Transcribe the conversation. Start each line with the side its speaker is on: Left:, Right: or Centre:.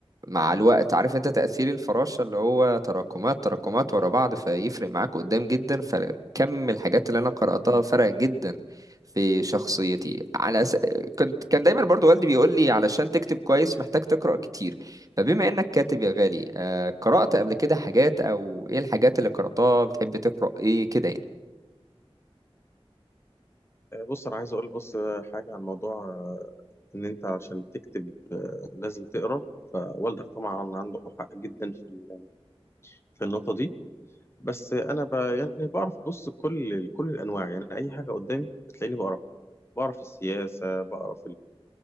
Right: مع الوقت عارف انت تأثير الفراشة اللي هو تراكمات تراكمات ورا بعض فيفرق معاك قدام جدا فكم الحاجات اللي انا قرأتها
Left: مم.
Right: فرق جدا في شخصيتي على أس... كنت كان دايما برضو والدي بيقول لي علشان تكتب كويس محتاج تقرأ كتير فبما انك كاتب يا غالي آه، قرأت قبل كده حاجات او ايه الحاجات اللي قرأتها بتحب تقرأ ايه كده يعني
Left: آه، بص أنا عايز أقول بس حاجة عن موضوع آه، إن أنت عشان تكتب آه، لازم تقرأ فوالدك طبعا عنده حق جدا في ال- في النقطة دي بس أنا ب... يعني بعرف بص كل كل الأنواع يعني أي حاجة قدامي بتلاقيني بقرأ بعرف السياسة بعرف